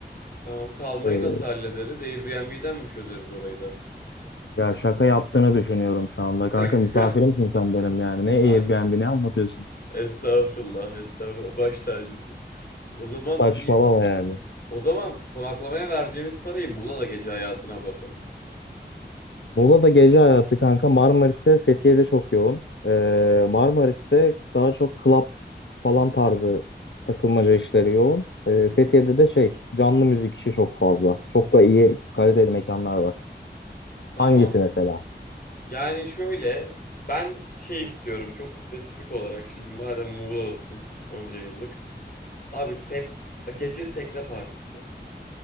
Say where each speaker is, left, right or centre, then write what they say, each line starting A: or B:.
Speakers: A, on the left (about 55°); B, on the left (about 85°).
A: Tamam kalmayı
B: E,
A: nasıl hallederiz? Airbnb'den mi çözeriz orayı da?
B: Ya şaka yaptığını düşünüyorum şu anda. Kanka
A: <laughs>
B: misafirimsin sen benim yani. Ne Airbnb
A: Kanka,
B: ne anlatıyorsun?
A: estağfurullah, estağfurullah. Baş tacısın. O zaman
B: Saçmalama
A: iyi-
B: yani.
A: o zaman konaklamaya vereceğimiz parayı Muğla'da gece hayatına basalım.
B: Muğla'da gece hayatı kanka. Marmaris'te, Fethiye'de çok yoğun. Ee, Marmaris'te daha çok club falan tarzı takılmaca işleri yoğun. Ee,
A: Hı hı.
B: Fethiye'de de şey canlı müzik işi çok fazla. Çok da iyi kaliteli mekanlar var.
A: Tamam.
B: Hangisi mesela?
A: Yani şöyle ben şey istiyorum çok spesifik olarak şimdi madem Muğla'dasın onca yıllık. Abi tek gece tekne partisi.